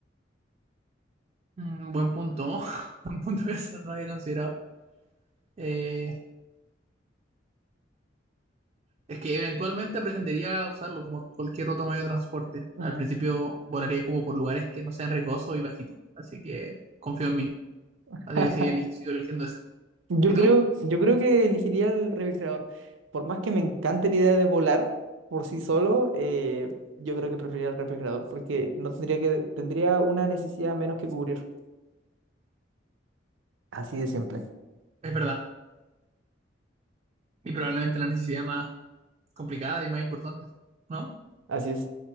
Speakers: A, on the right; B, on the right.
A: Mm, buen punto, <laughs> buen punto eso, no lo había considerado. Eh, es que eventualmente aprendería a usarlo como cualquier otro medio de transporte.
B: Mm.
A: Al principio volaría como por lugares que no sean riesgosos y bajitos, así que confío en mí.
B: <laughs>
A: Así que sigue eli- sigo eligiendo esa.
B: Yo
A: ¿Y tú?
B: creo, yo creo que elegiría el refrigerador. Por más que me encante la idea de volar por sí solo, eh, yo creo que preferiría el refrigerador porque no tendría que, tendría una necesidad menos que cubrir. Así de simple.
A: Es verdad. Y probablemente la necesidad más complicada y más importante, ¿no?
B: Así es.